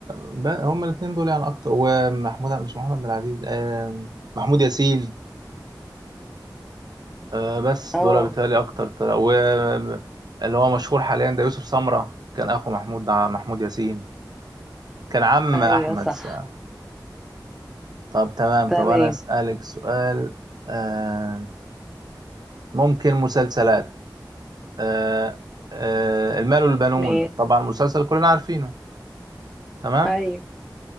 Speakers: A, on the right; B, in the centre.
A: ب- هم الاثنين دول يعني اكتر ومحمود مش محمود عبد العزيز آه، محمود ياسين آه، بس
B: اه
A: دول بالتالي اكتر طلع. و اللي هو مشهور حاليا ده يوسف سمرة كان اخو محمود محمود ياسين كان عم
B: ايوه
A: احمد
B: صح
A: السقا طب تمام
B: تمام
A: طب أنا أسألك سؤال آه ممكن مسلسلات آه آه المال والبنون
B: ماشي
A: طبعا مسلسل كلنا عارفينه تمام
B: ايوه